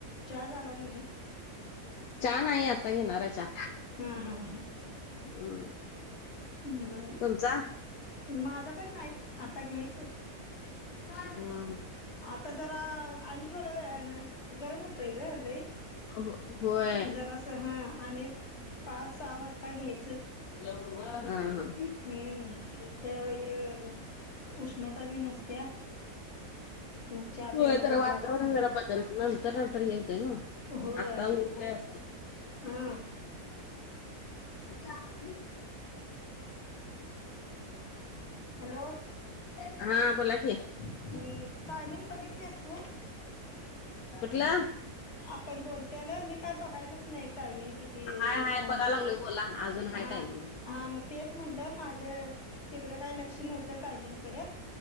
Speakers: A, on the left; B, on the left.
A: चहा झाला की नाही
B: चहा नाही आता घेणार आहे चहा.
A: हा हा हां.
B: हम्म.
A: बर
B: तुमचा?
A: माझा पण नाही आता घ्यायचं
B: हा.
A: आता जरा आणि थोड्या वेळान गरम होतय ग लइ.
B: अग होय.
A: जरासं हं. आणि एक पाच सहा वाजता घ्यायचं.
B: हां. हां.
A: हम्म त्यावेळी उष्णता बी नसत्या मग चहा
B: होय.
A: प्यायला
B: जरा
A: बरं
B: वातावरण
A: वाटतंय
B: जरा ब - नंतर नंतर हे होतय ना?
A: होय
B: आत्ता उर-
A: हा
B: <inaudible> <inaudible>
A: हॅलो
B: हां. बोला की.
A: मी, टायमिंग बघितलीएस तू?
B: कुठला?
A: आपण बोलतोया ना मी काय बघायलच नाही टायमिंग किती
B: हाय हाय
A: झालं?
B: बघाय लागलोय बोला अजून हाय
A: हा
B: टाईम.
A: हा. मग तेच म्हटलं माझं तिकडं काही लक्ष नव्हतं टायमिंगकड.